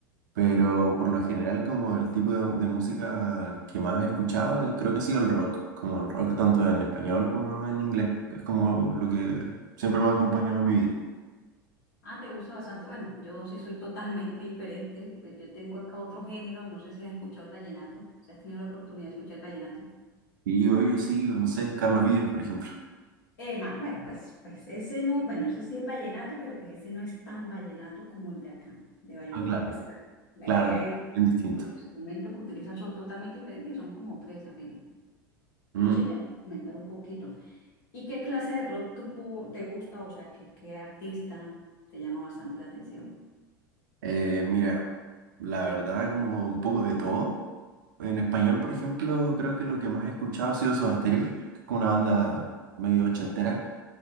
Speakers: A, on the right (about 60°); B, on the left (about 60°).
A: pero por lo general como el tipo de, de música que más he escuchado eh, creo que ha sido el rock, como el rock tanto en español como en inglés. Es como lo que siempre me ha acompañado en mi vida.
B: Ah, te gusta bastante. Bueno, yo sí soy totalmente <laughs> diferente. Pues yo tengo acá otro género. No sé si has escuchado el vallenato. Si has tenido la oportunidad de escuchar el vallenato.
A: Y hoy yo sí, no sé, Carlos Vives, por ejemplo.
B: Eh, ma, bueno, pues, pues ese no... Bueno, eso sí es vallenato, pero pues ese no es tan vallenato como el de acá, de Valledupar.
A: Ah, claro,
B: Pues la, la
A: claro,
B: idea es...
A: bien distinto.
B: Los instrumentos que utilizan son totalmente diferentes y son como tres apenas. Pero
A: Mm.
B: sí, te puedo comentar un poquito. ¿Y qué clase de rock tú te gusta? O sea, ¿qué, qué artista te llama bastante la atención?
A: Eh, mira, la verdad, como un poco de todo. En español, por ejemplo, creo que lo que más he escuchado ha sido Soda Stereo, que es como una banda medio ochentera,